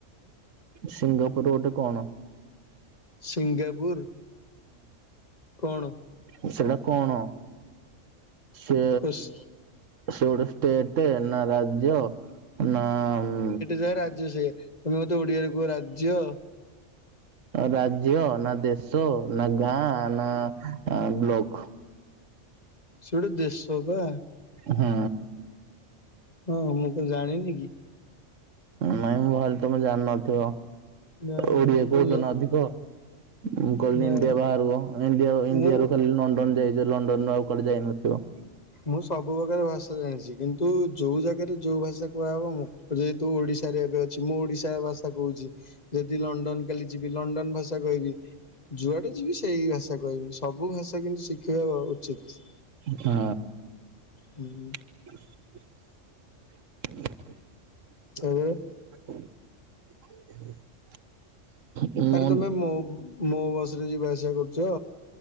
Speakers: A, on the right; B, on the left.
A: ସିଙ୍ଗାପୁର ଗୋଟେ କଣ?
B: ସିଙ୍ଗାପୁର କଣ?
A: ହୁଁ ସେଟା କଣ? ସେ
B: ଖୁସ୍
A: ସେ ଗୋଟେ ଷ୍ଟେଟ ନା ରାଜ୍ୟ ନା ଉମ୍
B: ଏ ରାଜ୍ୟ ସିଏ ତମେ ମତେ ଓଡିଆରେ କୁହ ରାଜ୍ୟ।
A: ରାଜ୍ୟ ନା, ଦେଶ ନା, ଗାଁ ନା ବ୍ଲକ?
B: ସେ ଗୋଟେ ଦେଶ ପା।
A: ହୁଁ।
B: ହଁ ମୁଁ କଅଁ ଜାଣିନି କି।
A: ନାଇଁ ମୁଁ ଭାବିଲି ତମେ ଜାଣିନଥିବ।
B: ନାଇଁ
A: ଓଡିଆ
B: ନାଇଁ
A: କହୁଛ
B: ମୁଁ ଲ
A: ନା ଅଧିକ। ମୁଁ କହିଲି
B: ନା
A: ଇଣ୍ଡିଆ ବାହାରକୁ ଇଣ୍ଡିଆ ଇଣ୍ଡିଆରୁ
B: ମୁଁ
A: ଖାଲି ଲଣ୍ଡନ ଯାଇଛ ଲଣ୍ଡନରୁୁ ଆଉ କୁଆଡେ ଯାଇନଥିବ।
B: ମୁଁ ସବୁ ପ୍ରକାର ଭାଷା ଜାଣିଛି କିନ୍ତୁ ଯୋଉ ଜାଗାରେ ଯୋଉ ଭାଷା କୁହାହବ ମୁଁ ଯେହେତୁ ଓଡିଶାରେ ଏବେ ଅଛି। ମୁଁ ଓଡିଶା ଭାଷା କହୁଛି। ଯଦି ଲଣ୍ଡନ କାଲି ଯିବି ଲଣ୍ଡନ ଭାଷା କହିବି। ଯୁଆଡେ ଯିବି ସେଇ ଭାଷା କହିବି ସବୁ ଭାଷା କିନ୍ତୁ ଶିଖିବା ବା ଉଚିତ୍।
A: ହଁ।
B: ହୁଁ।
A: <unintelligible> <unintelligible>
B: ଏବେ।
A: <unintelligible> ମୋ
B: ଆରେ ତମେ ମୋ ମୋ ବସ ରେ ଯିବା ଆସିବା କରୁଛ।